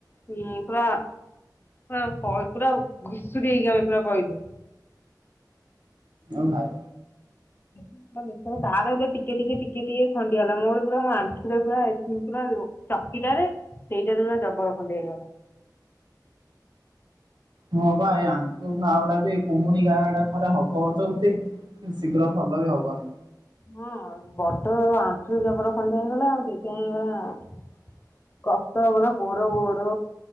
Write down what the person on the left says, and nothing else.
ହୁଁ ପୁରା ହଁ <unintelligible> ପୁରା ଘୁଷୁରି ହେଇକି ଆମେ ପୁରା ପଇଲୁ।
ହ <inaudible> ମମି ତ ତାର ହେଲେ ଟିକେ ଟିକେ ଟିକେ ଟିକେ ଖଣ୍ଡିଆ ହେଲା ମୋର ପୁରା ମୋ ଆଣ୍ଠୁଟା ପୁରା ଏ ପୁରା ଚା ସେଇଟାରେ ସେଇଟାରେ ପା ଜବର ଖଣ୍ଡିଆ ହେଇଗଲା।
ହଁ ବଡ ଆଣ୍ଠୁ ଜବର ଖଣ୍ଡିଆ ହେଇଗଲା ଆଉ ସେଇଥିପାଇଁ <unintelligible> କଟକ ଗଲା ଗୋଡ ଗୋଡ